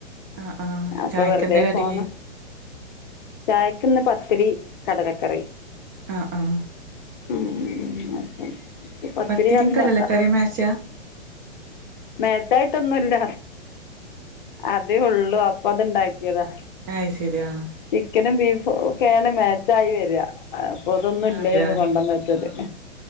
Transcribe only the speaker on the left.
അപ്പൊ
വെറുതെ
ഫോണ് ചായക്ക്ന്ന് പത്തിരി കടലക്കറി.
ഉം അപ്പം പത്തിരി
അന്ന്
മേച്ചായിട്ടൊന്നുല്ല അതേ ഉള്ളൂ അപ്പൊ അത്ണ്ടാക്കിതാ.
ചിക്കനും ബീഫും ഒക്കെയാണ് മാച്ചായി വെരാ. അപ്പൊതൊന്നുംല്ലേന്ന്
കൊണ്ടന്നച്ചത്